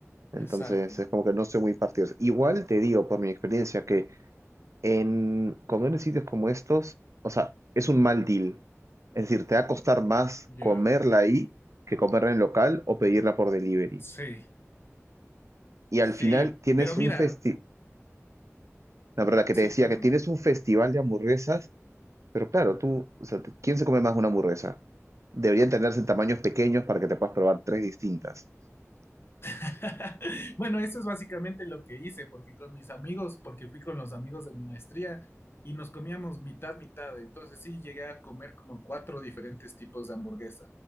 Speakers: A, on the right; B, on the left.
A: Entonces
B: exacto.
A: es como que no soy muy partidario. Igual te digo por mi experiencia que en comer en sitios como estos, o sea, es un mal deal. Es decir, te va a costar más
B: Ya,
A: comerla ahí que comerla en local o pedirla por delivery.
B: sí,
A: y al
B: sí.
A: final tienes
B: Pero
A: un
B: mira,
A: festival, la verdad que
B: sí,
A: te decía
B: cuéntame.
A: que tienes un festival de hamburguesas, pero claro, tú, o sea, te- ¿quién se come más una hamburguesa? Deberían tenerse en tamaños pequeños para que te puedas probar tres distintas.
B: <laughs> Bueno, eso es básicamente lo que hice, porque con mis amigos, porque fui con los amigos de mi maestría y nos comíamos mitad, mitad. Entonces sí llegué a comer como cuatro diferentes tipos de hamburguesa.